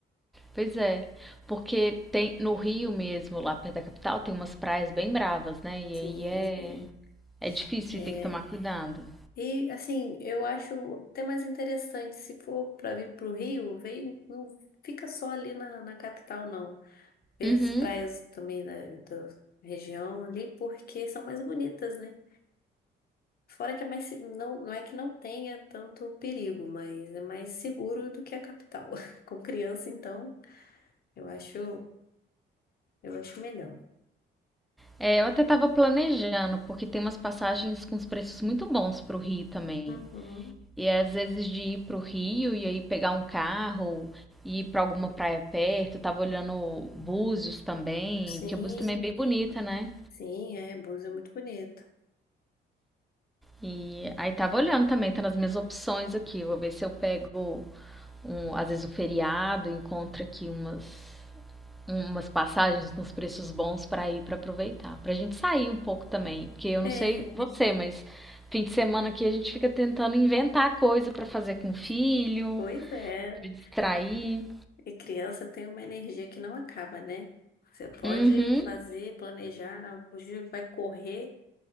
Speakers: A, in the centre; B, on the left (about 50°).
A: Pois é. Porque tem no Rio mesmo, lá perto da capital, tem umas praias bem bravas, né? E
B: Sim,
A: aí é, é difícil
B: é.
A: e tem que tomar
B: é.
A: cuidado.
B: E, assim, eu acho até mais interessante, se for para vir para o Rio, vem, não fica só ali na, na capital, não. Vê
A: Uhum.
B: as praias também da, da região ali, porque são mais bonitas, né? Fora que é mais, se- não, não é que não tenha tanto perigo, mas é mais seguro do que a capital. <laughs> Com criança, então, eu acho, eu acho melhor.
A: É, eu até estava planejando, porque tem umas passagens com os preços muito bons para o Rio também.
B: Uhum.
A: E é, às vezes de ir para o Rio e aí pegar um carro e ir para alguma praia perto. Eu tava olhando Búzios também,
B: Sim.
A: porque Búzios também é bem bonita, né?
B: Sim, é, Búzios é muito bonito.
A: E aí tava olhando também, tá nas minhas opções aqui. Vou ver se eu pego um, às vezes um feriado, encontro aqui umas umas passagens nos preços bons para ir para aproveitar, para a gente sair um pouco também, porque eu
B: É,
A: não sei você, mas fim de semana aqui a gente fica tentando inventar coisa para fazer com o filho,
B: pois é.
A: para distrair.
B: E criança tem uma energia que não acaba, né? Você pode
A: Uhum.
B: fazer, planejar, hoje vai correr